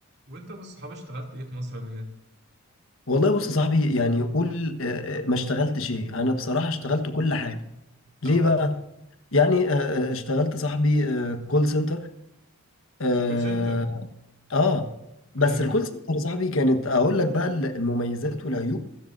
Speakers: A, on the right; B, on the left.
A: وانت بالصحاب اشتغلت ايه في مصر قبل كده؟
B: والله بص يا صاحبي يعني قول آه، آه، ما اشتغلتش ايه انا بصراحة اشتغلت كل حاجة ليه
A: اه
B: بقى يعني آه، آه، اشتغلت صاحبي كول سنتر اه
A: كول سنتر
B: آه. بس
A: ايوه
B: الكول سنتر يا صاحبي كانت اقول لك بقى المميزات والعيوب